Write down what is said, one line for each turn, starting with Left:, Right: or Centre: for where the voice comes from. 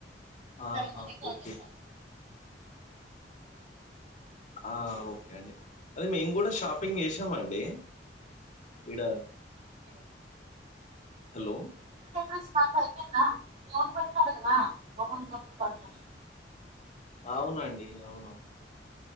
Right: వస్తారేమో
Left: ఆహా
Right: అని కాల్
Left: ఓకే
Right: చేశాను
Left: ఆ ఓకే అండి అదే మేము కూడా షాపింగ్ చేసామ అండి ఇడా
Right: కే
Left: హలో
Right: <unintelligible>
Left: అవునండి అవును